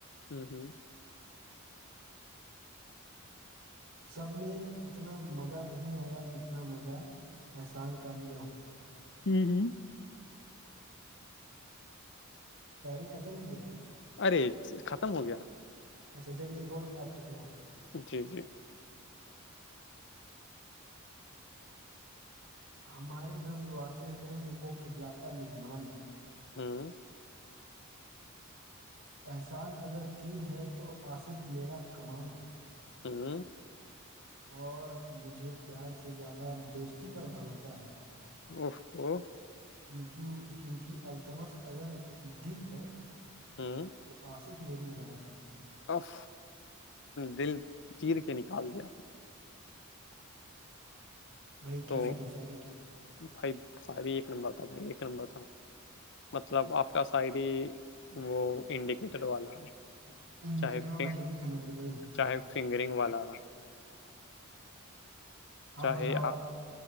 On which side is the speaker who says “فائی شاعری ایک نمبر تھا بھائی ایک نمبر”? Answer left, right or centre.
Left